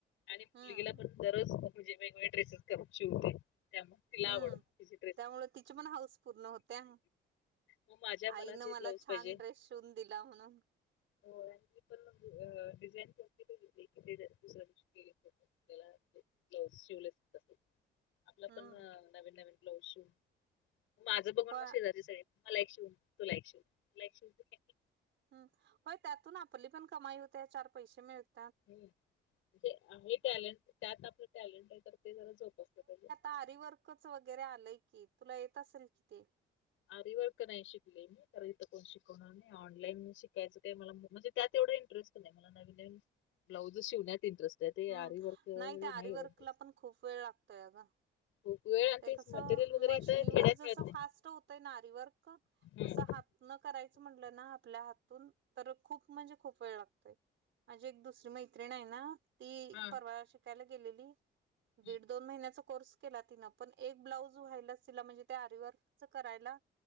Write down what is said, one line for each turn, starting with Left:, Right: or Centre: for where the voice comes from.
Left: आणि मुलगीला
Right: हम्म
Left: पण दररोज म्हणजे वेगवेगळे ड्रेसेस कर शीवते त्यामुळे, तिला आवड
Right: हम्म
Left: तीचे जे ड्रेस,
Right: त्यामुळे तिची पण हाऊस पूर्ण होत्या
Left: मग माझ्या
Right: आईनं
Left: मला जे लाऊज
Right: छान
Left: पाहिजे,
Right: ड्रेस शिवून दिला म्हणून
Left: होय, मी पण म्हणजे अ डिजाईन कोणती बघितली. थ दुसऱ्या दिवशी केली त्याला ब्लाउज शिवलेस होता तो. आपला
Right: हम्म
Left: पण नवीन नवीन ब्लाउज शिवून माझं बघुन
Right: होय
Left: मग शेजारी सगळे, मला एक शिव, तुला एक शिव. <inaudible>
Right: हम होय त्यातून आपली पण कमाई होते. चार पैसे मिळते
Left: ह म्हणजे हे टॅलेंट त्यात आपलं टॅलेंट आहे तर ते जरा जोपसले पाहिजे.
Right: आरिवर्क च वगैरे आलंय की, तुला येत असेल कि ते.
Left: आरीवर्क नाही शिकले मी तर इथं कोण शिकवणार नाही. आणि ऑनलाईन शिकायचं काय मला म्हणजे त्यात एवढा इंटरेस्ट पण नाही मला नवीन नवीन ब्लाउज शिवण्यात इंटरेस्ट आहे ते
Right: हम्म.
Left: आरी वर्क वगैरे
Right: नाही ते आरीवर्कला
Left: एवढा इंटरेस्ट
Right: पण खूप वेळ लागतोय ग.
Left: खूप वेळ आणि
Right: ते
Left: तेच
Right: कसं
Left: मटेरियल वगैरे
Right: मशनीवर
Left: इथं खेड्यात
Right: जस
Left: मिळत नाही
Right: फास्ट होतंय ना आरी वर्क
Left: हम्म.
Right: तसं हातन करायचं म्हटलं ना, आपल्या हातून, तर खूप म्हणजे खूप वेळ लागतोय. माझी एक दुसरी मैत्रिण आहे ना, ती
Left: हा
Right: परवा शिकायला गेलेली
Left: हम्म
Right: दीड -दोन महिन्याचा कोर्स केला तिनं. पण एक ब्लाउज व्हायलाच तिला म्हणजे ते आरिवर्क च करायला